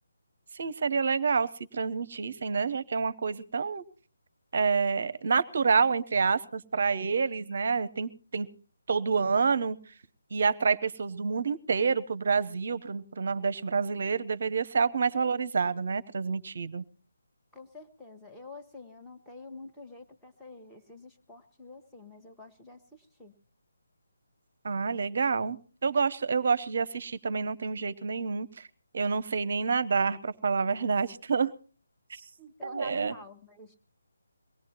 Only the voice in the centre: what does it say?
Com certeza. Eu, assim, eu não tenho muito jeito para esses esportes assim, mas eu gosto de assistir.
Eu
nado
mal, mas